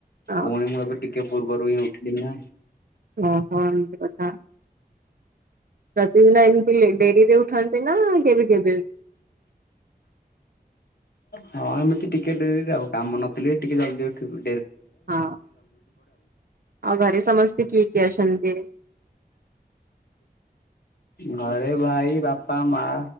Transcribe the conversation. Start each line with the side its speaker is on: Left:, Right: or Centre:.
Right: ହଁ
Left: ପୁଣି ମୁଁ ଏବେ ଟିକେ ପୂର୍ବରୁ ହିଁ ଉଠିଲି ନା।
Right: ଓହୋ ଏମିତି କଥା। ପ୍ରତିଦିନ ଏମିତି ଡେରିରେ ଉଠନ୍ତି ନା କେବେ କେବେ?
Left: ହଁ ଏମିତି ଟିକେ ଡେରିରେ ଆଉ କାମ ନଥିଲେ ଟିକେ ଜଲ୍ଦି ଉଠିବୁ।
Right: ହଁ ଆଉ ଘରେ ସମସ୍ତେ କିଏ କିଏ ଅଛନ୍ତି?
Left: <inaudible> ଘରେ ଭାଇ, ବାପା, ମାଁ